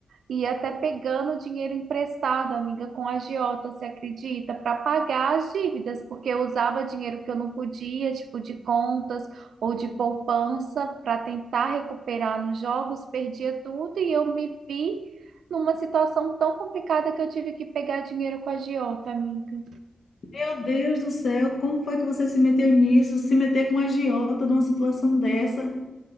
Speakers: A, on the right; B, on the left.
A: E até pegando dinheiro emprestado, amiga, com agiota, você acredita? Para pagar as dívidas, porque eu usava dinheiro que eu não podia, tipo de contas ou de poupança, para tentar recuperar nos jogos, perdia tudo e eu me vi numa situação tão complicada que eu tive que pegar dinheiro com agiota, amiga.
B: Meu Deus do céu, como foi que você se meteu nisso? Se meter com a agiota numa situação dessa?